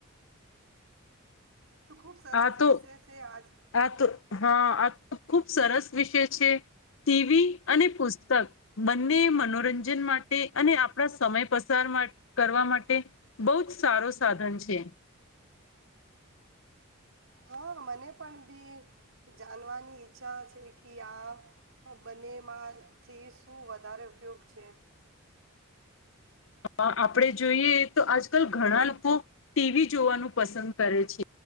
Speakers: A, on the right (about 65°); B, on the left (about 65°).
A: તો ખૂબ સરસ
B: આ તો
A: વિષય છે આજ.
B: આ તો હા આ તો ખુબ સરસ વિષય છે, ટીવી અને પુસ્તક. બંને મનોરંજન માટે અને આપણા સમય પસાર માટે કરવા માટે. બહુ જ સારો સાધન છે.
A: હા મને પણ બી, જાણવાની ઈચ્છા છે કે આ બંને માંથી શું વધારે ઉપયોગ છે?
B: હ આપડે જોઈએ તો આજકાલ ઘણા લોકો, ટીવી જોવાનું પસંદ કરે છે.